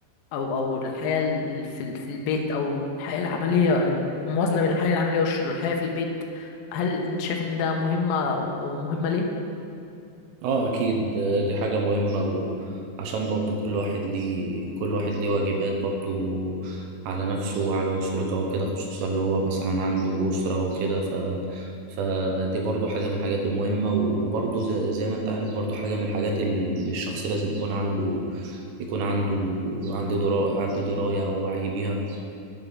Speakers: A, on the left; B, on the right.
A: او او الحياة ال- في ال- في البيت او الحياة العملية الموازنة بين الحياة العملية والش- والحياة في البيت هل انت شايف ان ده مهمة او او مهمة ليه؟
B: اه اكيد آه، دي حاجة مهمة وعشان برضو كل واحد ليه كل واحد ليه واجبات برضو على نفسه وعلى أسرته وكده خصوصا اللي هو مثلا عنده أسرة وكده ف فدي برضو حاجة من الحاجات المهمة وبرضو زي, زي ما انت عارف برضو حاجة من الحاجات اللي اللي الشخص لازم يكون عنده يكون عنده عنده دراية عنده دراية أو وعي بيها